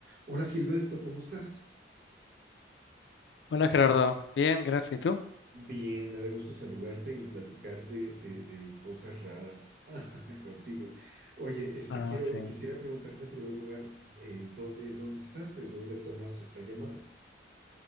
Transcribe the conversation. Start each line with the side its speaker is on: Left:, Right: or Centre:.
Right: Hola Gilberto, ¿cómo estás?
Left: Hola Gerardo, bien, gracias. ¿Y tú?
Right: Bien, me da gusto saludarte y platicar de, de- de cosas raras <laughs> contigo. Oye, este,
Left: Ah,
Right: quiero,
Left: sí.
Right: quisiera preguntarte en primer lugar, eh, ¿dónde, dónde estás? ¿De dónde tomas esta llamada?